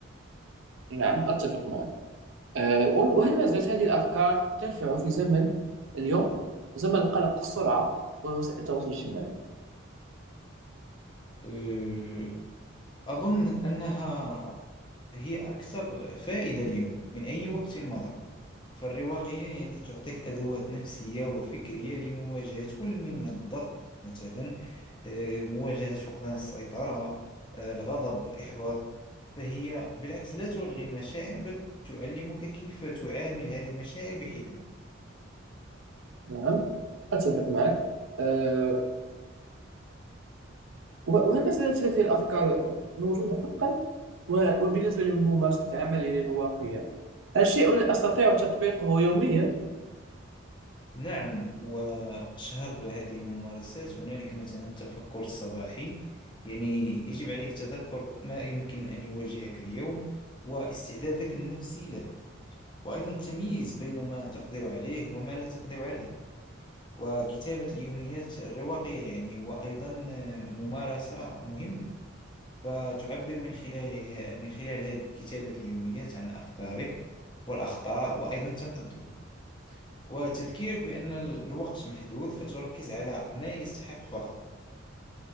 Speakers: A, on the right; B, on the left.
A: نعم أتفق معك آه، وهل ما زالت هذه الأفكار تنفع في زمن اليوم زمن قلق السرعة ووسائل التواصل الاجتماعي؟
B: أه، أظن أنها هي أكثر فائدة اليوم من أي وقت مضى فالرواقية يعني تعطيك أدوات نفسية وفكرية لمواجهة كل من الضغط مثلا آه، مواجهة فقدان السيطرة آه، الغضب الإحباط فهي بالعكس لا تلغي المشاعر بل تعلمك كيف تعامل هذه المشاعر بحكمة
A: نعم أتفق معك آه، وهل مسألة هذه الأفكار موجودة حقا؟ و- وبالنسبة لممارسة عملي للواقية هل شيء أستطيع تطبيقه يوميا؟
B: نعم وأشهر هذه الممارسات هنالك مثلا التفكر الصباحي يعني يجب عليك تذكر ما يمكن أن يواجهك اليوم واستعدادك النفسي له وأيضا التمييز بين ما تقدر عليه وما لا تقدر عليه وكتابة اليوميات الرواقية يعني هو أيضا آه، ممارسة مهمة فتعبر من خلاله من خلال هذه كتابة اليوميات عن أفكارك والأخطاء وأيضا التقدم وتذكيرك بأن الوقت محدود فتركز على ما يستحق فقط